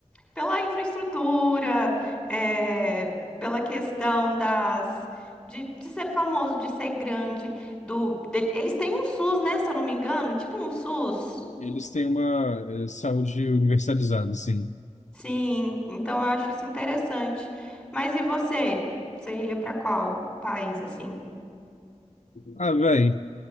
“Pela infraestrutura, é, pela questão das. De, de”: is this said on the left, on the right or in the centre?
Centre